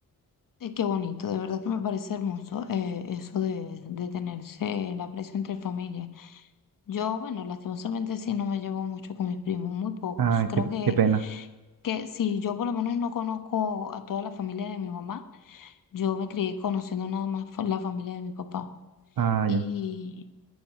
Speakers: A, on the left; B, on the right.
A: Eh, qué bonito, de verdad que me parece hermoso eh, eso de, de tenerse el aprecio entre familia. Yo, bueno, lastimosamente sí no me llevo mucho con mis primos, muy pocos.
B: ah,
A: Creo
B: qué,
A: que,
B: qué pena.
A: que si yo por lo menos no conozco a toda la familia de mi mamá, yo me crié conociendo nada más fa- la familia de mi papá.
B: Ah,
A: Y,
B: ya.